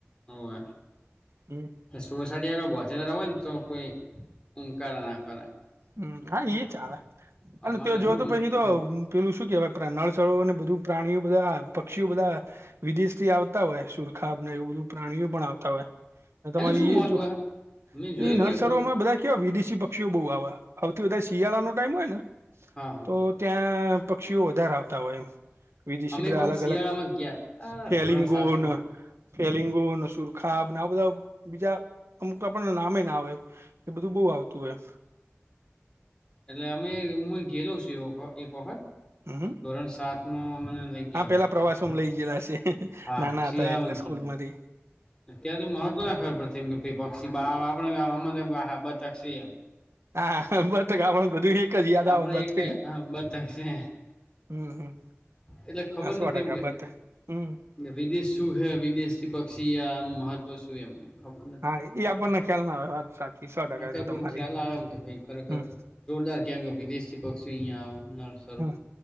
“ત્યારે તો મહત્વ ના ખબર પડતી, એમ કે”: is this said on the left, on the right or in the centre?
Left